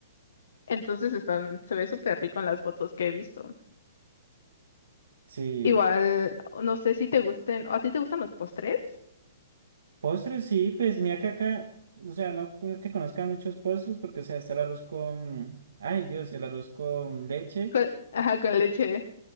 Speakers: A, on the left; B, on the right.
A: Entonces están, se ve súper rico en las fotos que he visto.
B: sí.
A: Igual, no sé si te gusten, ¿o a ti te gustan los postres?
B: Postres, sí, pues mira que acá, o sea, no es que conozca muchos postres porque, o sea, está el arroz con, ay Dios, el arroz con leche.
A: Con, ajá, con leche.